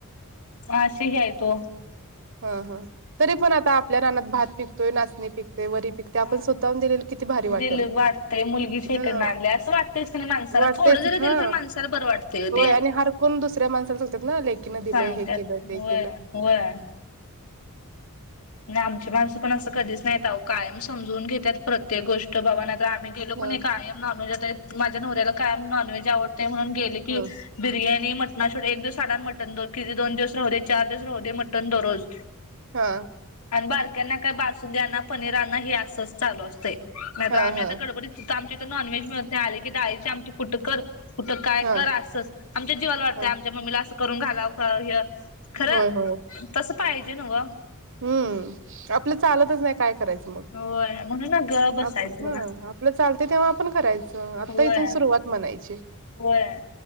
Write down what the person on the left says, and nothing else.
मग अशीे हे हायत ओ.
हा.
दिल वाटतंय मुलगीच्या
इकडनं आणल्या असं वाटतंयच की नाही माणसाला
थोडं जरी
दिलं तरी माणसाला बरं वाटतंय ओ
ते.
सांगत्यात
होय,
होय. आणि आमची माणसं पण असं कधीच नाहीत अहो कायम समजवून घेतात. प्रत्येक गोष्ट बाबा नाय तर आम्ही गेलो
की नाही कायम नॉनव्हेज माझ्या नवऱ्याला कायम नॉनव्हेज आवडत त्यामुळं गेलं की
बिर्याणी की नाही मटण शिवाय एक दिवसांआडान मटन दो किती दोन दिवस राहू दे, चार दिवस राहू दे मटन दररोज.
आणि बारक्यानं काय बासुंदी आणा, पनीर आणा हे असंच चालू असतंय. नाही तर
आम्ही
आता गडबडीत इथे आमच्या इथ नॉनव्हेज मिळत नाही. आली की डाळीची आमटी कुठं कर कुठं काय
कर असंच. आमच्या जीवाला वाटतेय
आमच्या मम्मीला असं करून घालावं हे खरं
तस पाहिजे न्हव?
होय. म्हणून ना गप बसायचं
बघा
होय
होय.